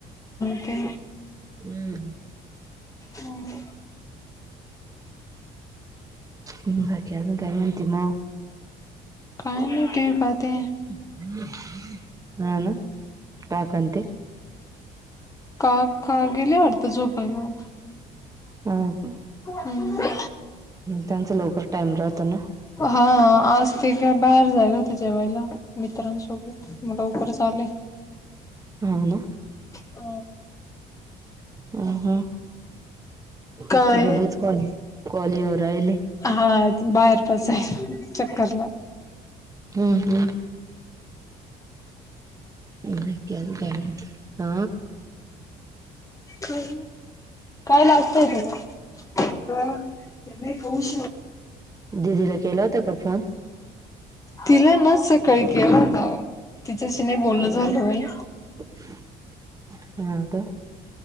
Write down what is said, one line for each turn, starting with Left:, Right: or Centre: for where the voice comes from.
Left: ते
Right: हम्म..
Left: हम्..
Right: बोल बाकी अजून काय म्हणती मग?
Left: काय म टीव्ही पाहते आहे.
Right: <inaudible> हा ना टाकांत.
Left: का क्का गेले वाटतं झोपायला?
Right: हम्म.
Left: हुंम्म.
Right: त्यांचा लवकर टाइम राहतो ना.
Left: पहां आज. ते काय बाहेर जाएल होते जेवायला मित्रांसोबत म लवकरच आले.
Right: हम्म हम्म.
Left: अ
Right: हम हम रुदाईच
Left: काय
Right: कॉल कॉल येऊ राहिले.
Left: हा तिले बाहेर पावसाडल चक्करला.
Right: हुं हुं. <unintelligible> अ.
Left: काय मग? काय लागतय त्याला? बर. त्यांनाही हौस.
Right: दिदीला केला होता का फोन?
Left: तिला ना सकाळी केला होता आहो, तिच्याशी नाही बोललं झालं नाही.
Right: <inaudible> हुं त.